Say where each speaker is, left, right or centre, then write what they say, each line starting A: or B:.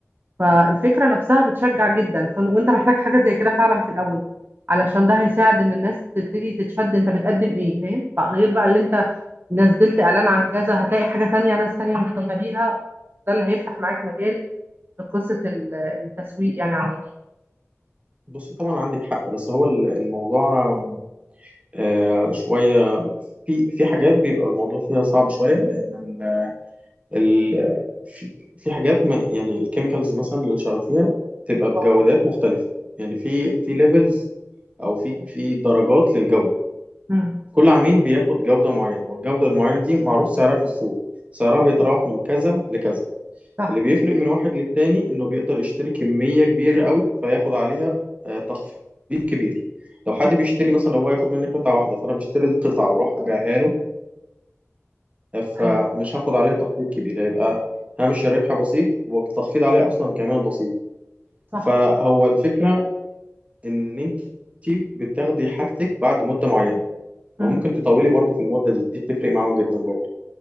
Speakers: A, on the right (about 45°); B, on the right (about 25°).
A: فالفكرة نفسها بتشجع جدا ف... وأنت محتاج حاجة زي كده فعلا في الأول علشان ده هيساعد إن الناس تبتدي تتشد أنت بتقدم إيه فاهم فغير بقى اللي أنت نزلت إعلان عن كذا هتلاقي حاجة تانية ناس تانية مهتمة بيها ده اللي هيفتح معاك مجال لقصة ال- التسويق يعني عامة
B: بص طبعا عندك حق بس هو ال- الموضوع آم، آه شويه في في حاجات بيبقى الموضوع فيها صعب شويه لان ال... في في حاجات ما يعني الكيميكالز مثلا اللي شغال فيها بتبقى بجودات
A: اه
B: مختلفة يعني في في ليفلز او في في درجات للجودة
A: مم.
B: كل عميل بياخد جودة معينة والجودة المعينة دي معروف سعرها في السوق سعرها بيتراوح من كذا لكذا
A: صح
B: اللي بيفرق من واحد للتاني انه بيقدر يشتري كمية كبيرة قوي فياخد عليها آه، تخفيض كبير لو حد
A: مم.
B: بيشتري مثلا لو هو هياخد مني قطعة واحدة فأنا بشتري القطعة وأروح أبيعها له فمش
A: أيوة
B: هاخد عليها تخفيض كبير هيبقى هامش الربح بسيط والتخفيض عليها اصلا كمان بسيط
A: صح
B: فهو الفكره ان انت بتاخدي حاجتك بعد مده معينه فممكن
A: مم.
B: تطولي برضو في المده دي دي بتفرق معاهم جدا برضو